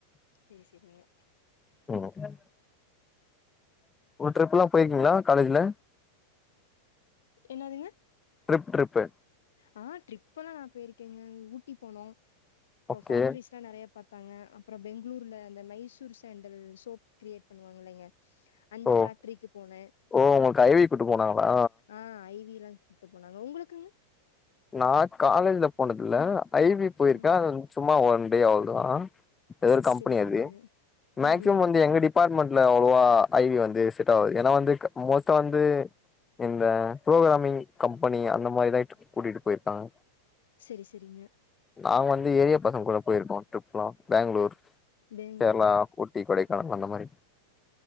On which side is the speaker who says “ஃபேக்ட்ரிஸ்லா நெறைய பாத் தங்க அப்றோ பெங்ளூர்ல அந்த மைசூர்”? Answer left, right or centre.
Left